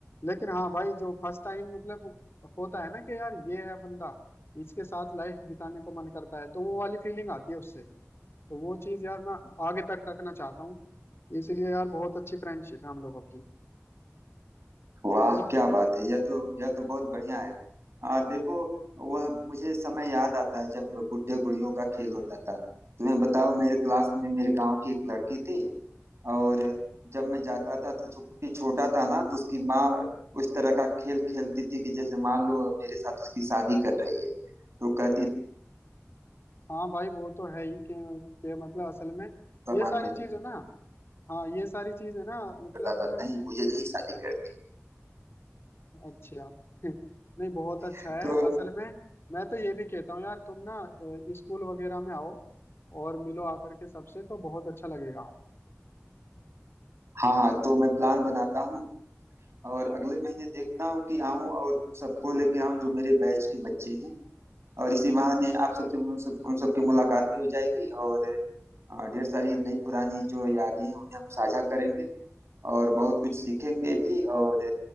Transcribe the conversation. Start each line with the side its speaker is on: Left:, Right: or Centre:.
Left: लेकिन हाँ भाई जो फर्स्ट टाइम मतलब होता है ना कि यार ये है बंदा इसके साथ लाइफ बिताने को मन करता है तो वो वाली फीलिंग आती है उससे तो वो चीज यार मैं आगे तक रखना चाहता हूँ इसलिए यार बहुत अच्छी फ्रेंडशिप है हम लोगों की
Right: वाह
Left: और
Right: क्या बात है यह तो यह तो बहुत बढ़िया है आ, देखो वह मुझे समय याद आता है जब गुड्डे गुड़ियों का खेल होता था तुम्हें बताओ मेरे क्लास में मेरे गांव की एक लड़की थी और जब मैं जाता था तो चूंकि छोटा था ना तो उसकी माँ उस तरह का खेल खेलती थी कि जैसे मान लो मेरे साथ उसकी शादी कर रही है तो कहती
Left: हाँ भाई वो तो है ही कि, कि मतलब असल में
Right: सामान
Left: ये सारी
Right: में
Left: चीज है ना हाँ ये सारी चीज है ना मतलब
Right: करता था नहीं मुझे नहीं शादी करनी
Left: अच्छा <laughs> नहीं बहुत अच्छा
Right: <laughs>
Left: है
Right: तो
Left: असल में मैं तो ये भी कहता हूँ यार तुम ना अ, स्कूल वगैरह में आओ और मिलो आकर के सबसे तो बहुत अच्छा लगेगा
Right: हाँ हाँ तो मैं प्लान बनाता हूँ और अगले महीने देखता हूँ कि आऊँ और उन सबको लेके आऊँ जो मेरे बैच के बच्चे हैं और इसी बहाने आप सबसे उन सब उन सबकी मुलाकात भी हो जाएगी और अ, ढेर सारी नई पुरानी जो यादें हैं उन्हें हम साझा करेंगे और बहुत कुछ सीखेंगे भी और